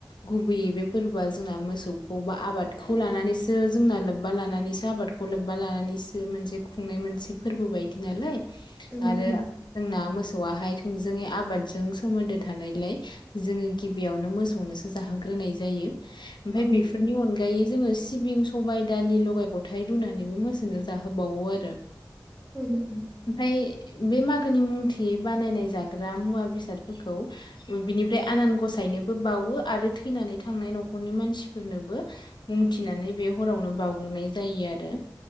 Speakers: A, on the left; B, on the left.
A: गुबैयै बे फोरबोआ जोंना मोसौखौ बा आबादखौ लानानैसो जोंना लोब्बा लानानैसो आबादखौ लोब्बा लानानैसो मोनसे खुंनाय मोनसे फोरबो बायदि नालाय
B: उम
A: आरो
B: उम
A: जोंना मोसौआाहाय थोंजोङै आबादजों सोमोन्दो थानायलाय जोङो गिबियावनो मोसौनोसो जाहोग्रोनाय जायो। ओमफफ्राय
B: औ
A: बेफोरनि अनगायै जोङो सिबिं सबाय दालि लगाय लथ हथाय मोसौनो जाहोबावो आरो।
B: उम
A: ओमफफ्राय बे मागोनि मुंथि बानायनाय जाग्रा मुवा बेसादफोरखौ बिनिफ्राय आनान गसायनोबो बावो आरो थैनानै थांनाय न'खरनि मानसिफोरनोबो मुंथिनानै बे हरावनो बावउग्रोनाय जायो आरो